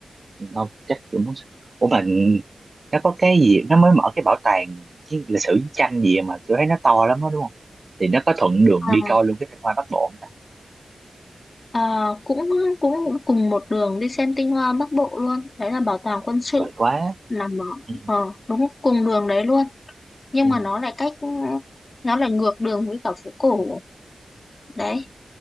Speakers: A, on the right; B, on the left.
A: không chắc kiểu muốn xem. ủa mà ừ, nó có cái gì nó mới mở cái bảo tàng cái lịch sử chiến tranh gì mà tôi thấy nó to lắm đó đúng không thì nó có thuận đường
B: à,
A: đi coi luôn cái tinh hoa Bắc Bộ không ta
B: à, cũng cũng
A: ừ.
B: cùng một đường đi xem tinh hoa Bắc Bộ luôn đấy là bảo tàng quân
A: tuyệt
B: sự
A: vời quá
B: nằm ở
A: ừ.
B: ờ, đúng cùng đường đấy luôn nhưng
A: Ừ.
B: mà nó lại cách nó lại ngược đường với cả phố cổ đấy